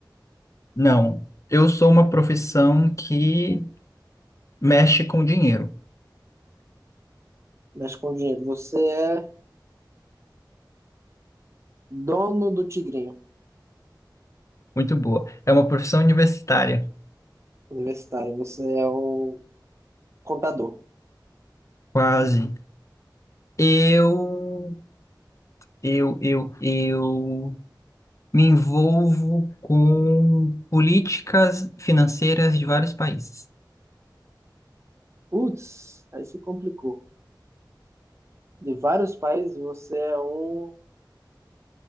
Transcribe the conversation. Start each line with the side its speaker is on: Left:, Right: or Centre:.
Left: Não. Eu sou uma profissão que mexe com dinheiro.
Right: mexe com dinheiro. Você é dono do Tigrinho
Left: Muito boa. É uma profissão universitária.
Right: Universitário. Você é um contador.
Left: Quase. Eu, eu, eu, eu. me envolvo com políticas financeiras de vários países.
Right: Putz, aí se complicou. De vários países, você é um.